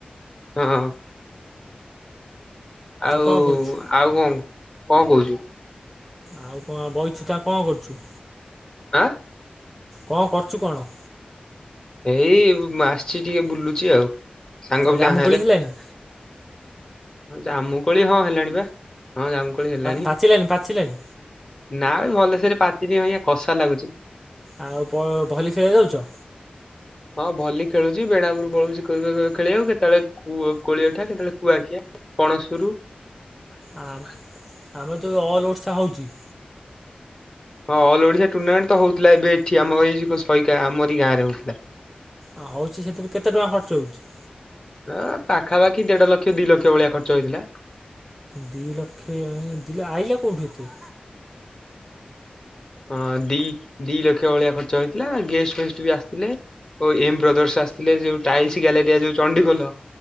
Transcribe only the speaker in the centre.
କଣ କହୁଛୁ
ଆଉ କଣ ବଇଚୁତ ଆଉ କଣ କରୁଛୁ?
କଣ କରୁଛୁ କଣ?
ଆ
ଜାମୁକୋଳି ହେଲଣି।
ପାଚିଲାଣି ପାଚିଲାଣି
ଆଉ ପ-ଭଲି ଖେଳିବା ଯାଉଛ?
ଆ ଆମର ତ ଅଲ ଓଡଶା ହଉଛି।
ହଁ ହଉଚି ସେଥିରେ କେତେ ଟଙ୍କା ଖର୍ଚ୍ଚ ହଉଚି?
ଦି ଲକ୍ଷେ ଏତେ ଆଇଲା କୋଉଠୁ ଏତେ।